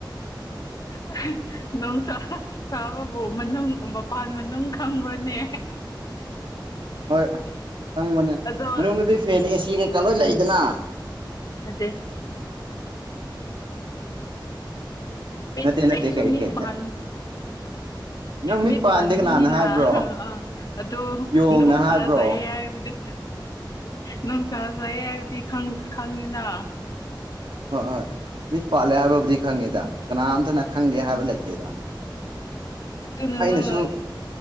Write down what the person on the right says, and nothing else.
ꯍꯣꯏ ꯈꯪꯕꯅꯦ
ꯃꯅꯨꯡꯗꯨꯗꯤ ꯐꯦꯟ ꯑꯦꯁꯤ ꯀꯩꯀꯥ ꯂꯣꯏ ꯂꯩꯗꯅ
ꯅꯠꯇꯦ ꯅꯠꯇꯦ
ꯀꯩ
ꯀꯩ
ꯅꯪ
ꯄꯥꯟꯗꯦ
ꯀꯅꯥꯅ ꯍꯥꯏꯕ꯭ꯔꯣ
ꯌꯣꯡꯅ
ꯍꯥꯏꯕ꯭ꯔꯣ
ꯍꯣꯏ ꯍꯣꯏ ꯃꯤꯠ ꯄꯥꯜꯂꯦ ꯍꯥꯏꯕꯕꯨꯗꯤ ꯈꯪꯉꯦꯗ ꯀꯅꯥꯝꯇꯅ ꯈꯪꯗꯦ
ꯍꯥꯏꯕ ꯂꯩꯇꯦꯗ
ꯑꯩꯅꯁꯨ